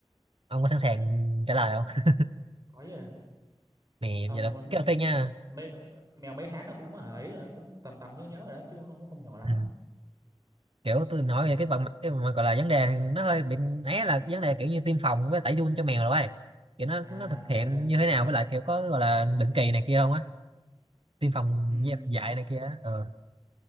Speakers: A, on the right (about 70°); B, on the right (about 40°).
A: ông có sẵn sàng
B: ừ,
A: trả lời không?
B: có gì?
A: <laughs> Nè,
B: Ông
A: giờ là
B: muốn
A: cái đầu tiên nha.
B: mê, mèo mấy tháng là cũng hả ấy là cũng tầm tầm nhớ nhớ rồi đó chứ không không nhỏ lắm.
A: Ừ. kiểu tôi nói
B: Ừ.
A: về cái phần mặt cái mà gọi là vấn đề nó hơi bị ấy là vấn đề kiểu như tiêm phòng với tẩy giun cho mèo rồi ấy. kiểu nó
B: À
A: nó thực
B: ok
A: hiện
B: ok.
A: như thế nào với lại kiểu có gọi là định kỳ này kia không á tiêm phòng
B: Ừ.
A: với dạy này kia á. ờ